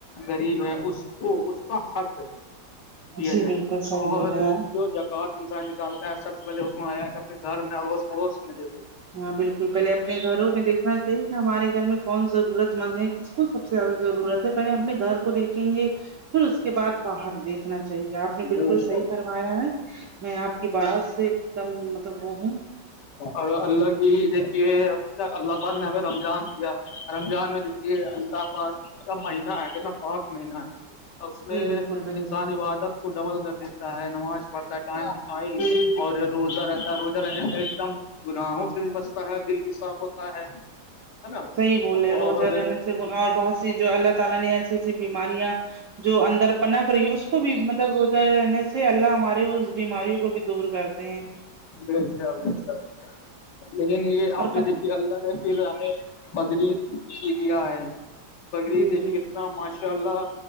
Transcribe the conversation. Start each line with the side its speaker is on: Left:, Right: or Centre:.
Left: غریب ہے اس کو اس کا حق ہے دیا
Right: جی
Left: جائے
Right: بالکل صحیح
Left: اور
Right: بول رہے ہیں آپ
Left: جو جب بہت انسان نکالتا ہے سب سے پہلے حکم آیا کہ اپنے گھر میں اوروس پڑوس میں دیتے
Right: ہاں بالکل پہلے اپنے گھروں میں دیکھنا چاہیے کہ ہمارے گھر میں کون ضرورت من ہے کس کو سب سے زیادہ ضرورت ہے پہلے اپنے گھر کو دیکھیں گے پھر اس کے بعد باہر دیکھنا چاہیے آپ نے بالکل
Left: جی جی
Right: صحیح فم ہے میں آپ کی بات سے ایک دم مطلب وہ ہوں
Left: اور اللہ کی دیکھیے اللہ پاک نے ہمیں رمضان دیا رمضان میں دیکھیے اللہ کااک ک کا مہینہ ہے کتنا فاک مہینہ ہے اس
Right: جی
Left: میں
Right: بالکل بالکل
Left: انسان عبادت کو ڈبل کر دیتا ہے نماز پڑھتا ہے ٹائمٹ
Right: بالکل
Left: اور روزہ روزہ رہنے کا ایک دم گناہوں سے بھی بچتا ہے دل بھی صاف ہوتا ہے نا
Right: صحیح بولے روزہ
Left: اور
Right: رہنے سے گ اور بہت سی جو اللہ تعالی نے ایسی ایسی بیماریاں جو اندر پن پ رہی ہے اس کو بھی مطلب روزہ رہنے سے اللہ ہمارے اس بیماری کو بھی دور کرتے ہیں
Left: ویسا ویسا لیکن یہ آپ
Right: اور کا
Left: یہ د اللہ نے پھر ہمیں بکرییدی دیا ہے بکریید
Right: جی
Left: دوی
Right: جی
Left: کے انا ماشاء اللہ